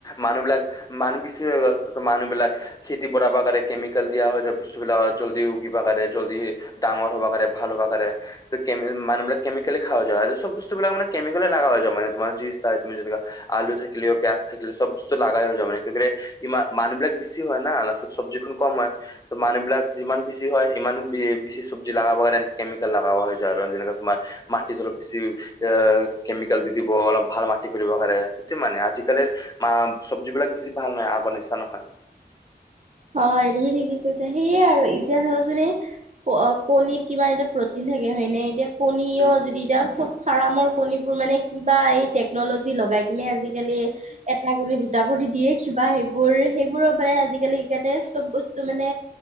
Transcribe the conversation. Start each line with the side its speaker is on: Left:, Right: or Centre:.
Left: মানুহবিলাক মানুহ বেচি হৈ গ'ল, ত' মানুহবিলাক খেতি বঢ়াব কাৰে কেমিকেল দিয়া হৈছে বস্তুবিলাকত। জল্দি উগিবা কাৰে, জল্দি ডাঙৰ হ'ব কাৰে, ভাল হ'ব কাৰে। কেম-মানুবিলাক কেমিকেলে খাৱা যায়। আৰু চব বস্তুবিলাক মানে কেমিকালে লাগা হৈ যায় মানে তোমাৰ যি ইচ্ছা, তুমি জেনেকা আল লু থাকিলে, পিয়য়াজ থাকিলে, চব বস্তু লাগাই হৈ যায় মানে, ইমান মানুবিলাক বেছি হয় না, লাষ্টত চব্জিখন কম হয়। ত' মানুহবিলাক যিমান বেছি হয়, ইমান বেছি চব্জি লগাব কাৰণে এ, কেমিকেল লগাব হৈ যায় আৰু। যেনেকে তোমাৰ মাটিত অলপ বেছি এ, কেমিকেল দি দিব, অলপ ভাল মাটি কৰিব কাৰনে। এটো মানে আজিকালি হেই মা চবজিবিলাক বেছি ভাল নহয়, আগৰ নিচিনা নহয়।
Right: হয়, তুমি ঠিকে কৈছা। সেয়ে আৰু, এতিয়া চাবচোন এই, কণীত কিবা এটা প্ৰটিন থাকে। হয়নে, এতিয়া কণী
Left: উম
Right: অ' যদি এতিয়া ফাৰামৰ কণীবোৰ মানে কিবা এই টেকন'লজি লগাই কিনে আজিকালি এটা কৰি দুটা কৰি দিয়ে। কিবা সেইবোৰ সেইবোৰৰ পৰাই আজিকালি ইয়াতে চব বস্তু মানে,